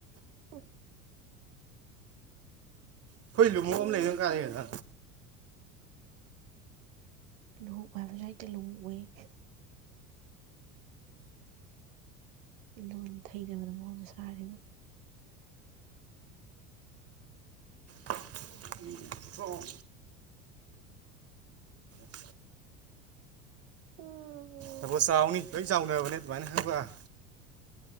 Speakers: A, on the right; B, on the right.
A: ꯑꯣ <inaudible>
B: ꯑꯩꯈꯣꯏ ꯂꯨꯍꯣꯡꯕ
A: ꯀꯔꯤꯅꯣ
B: ꯑꯃ ꯂꯩ ꯀꯥꯂꯦꯟꯗ
A: ꯁꯤ ꯂꯨꯍꯣꯡ ꯍꯥꯏꯕꯁꯨ ꯍꯥꯏꯛꯇ ꯂꯨ ꯎꯏ <inaudible> ꯂꯣꯟ ꯊꯩꯗꯕꯅ ꯃꯑꯣꯡ ꯁꯥꯔꯤꯕ
B: ꯑꯣ <inaudible>
A: ꯑꯝꯝꯝ
B: ꯌꯥꯝ ꯊꯨꯅ ꯆꯥꯎꯅꯤ ꯂꯣꯏꯆꯥꯎꯅꯔꯕꯅꯦ ꯑꯗꯨꯃꯥꯏꯅ ꯈꯪꯕꯔꯥ